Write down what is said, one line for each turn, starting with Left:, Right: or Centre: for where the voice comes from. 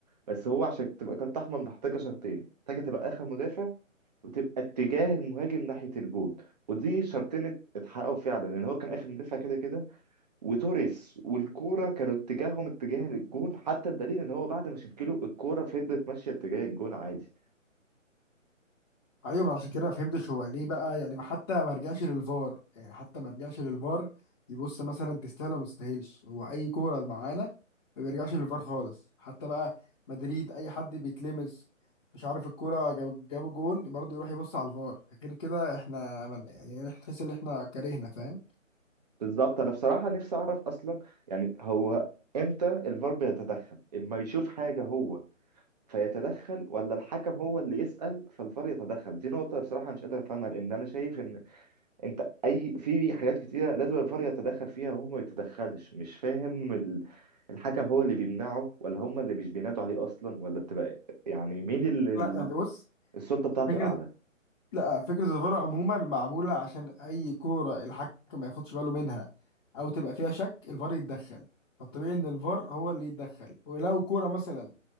Right: بس هو عشان تبقى كارت احمر محتاجه شرطين محتاجه تبقى اخر مدافع وتبقى اتجاه المهاجم ناحيه الجون ودي شرطين ات- اتحققوا فعلا لان هو كان اخر مدافع كده كده وتوريس والكوره كانوا اتجاههم اتجاه للجون حتى الدليل ان هو بعد ما شكله الكوره فضلت ماشيه اتجاه الجون عادي
Left: ايوه ما عشان كده ما فهمتش هو ليه بقى يعني ما- حتى ما رجعش للفار يعني حتى ما رجعش للفار يبص مثلا تستاهل ولا ما تستاهلش هو اي كوره معانا ما بيرجعش للفار خالص حتى بقى مدريد اي حد بيتلمس مش عارف الكوره جاب- جابوا جون برضه يروح يبص على الفار غير كده احنا من يعني تحس ان احنا كرهنا فاهم
Right: بالظبط انا بصراحه نفسي اعرف اصلا يعني هو امتى الفار بيتدخل اما يشوف حاجه هو فيتدخل ولا الحكم هو اللي يسأل فالفار يتدخل دي نقطة بصراحة مش قادر أفهمها لأن أنا شايف إن أنت أي في حاجات كتيرة لازم الفار يتدخل فيها وهو ما يتدخلش مش فاهم ال... الحكم هو اللي بيمنعه ولا هم اللي مش بينادوا عليه أصلا ولا بتبقى يعني مين اللي
Left: لا يعني بص
Right: السلطة بتاعته
Left: فكره
Right: أعلى
Left: لا فكرة الفار عموما معمولة عشان أي كورة الحكم ما ياخدش باله منها أو تبقى فيها شك الفار يتدخل فالطبيعي إن الفار هو اللي يتدخل ولو كورة مثلا